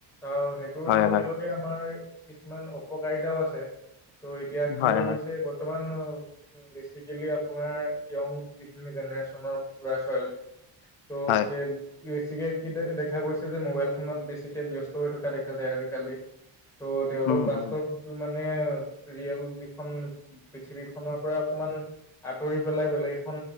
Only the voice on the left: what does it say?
হয়,
হয়,
হয়,
হয়,
হয়,
উম,
উম।